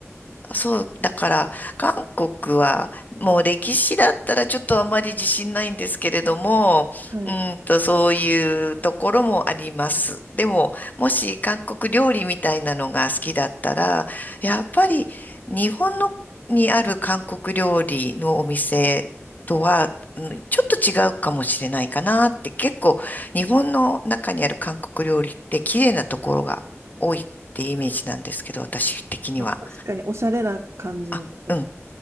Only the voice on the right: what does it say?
う。はい。
まあ、確かにおしゃれな感じのとことか。